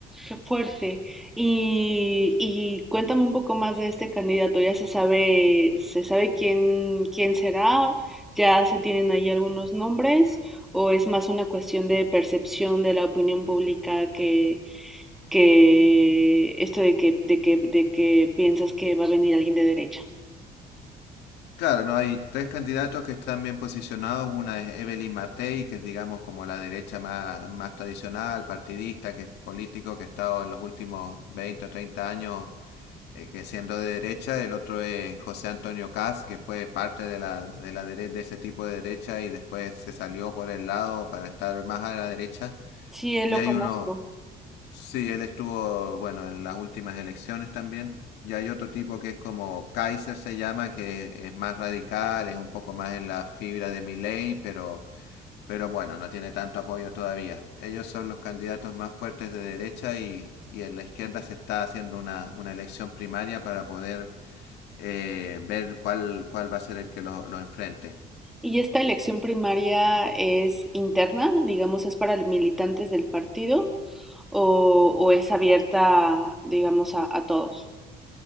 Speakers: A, in the centre; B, on the left.
A: Qué fuerte. Y, y cuéntame un poco más de este candidato. ¿Ya se sabe, se sabe quién, quién será? ¿Ya se tienen ahí algunos nombres? ¿O es más una cuestión de percepción de la opinión pública que, que esto de que, de que, de que piensas que va a venir alguien de derecha?
B: Claro, no hay tres candidatos que están bien posicionados. Una es Evelyn Matei, que es digamos como la derecha más, más tradicional, partidista, que es político, que ha estado en los últimos veinte o treinta años eh, que siendo de derecha, el otro es José Antonio Caz, que fue parte de la, de la dere- de ese tipo de derecha y después se salió por el lado para estar más a la derecha.
A: Sí, él
B: Y
A: lo
B: hay
A: conozco.
B: uno, sí, él estuvo, bueno, en las últimas elecciones también. Y hay otro tipo que es como Kaiser se llama, que es más radical, es un poco más en la fibra de Milei, pero pero bueno, no tiene tanto apoyo todavía. Ellos son los candidatos más fuertes de derecha y, y en la izquierda se está haciendo una, una elección primaria para poder eh, ver cuál, cuál va a ser el que lo, lo enfrente.
A: Y esta elección primaria es interna, digamos, es para los militantes del partido o, o es abierta, digamos, a, a todos.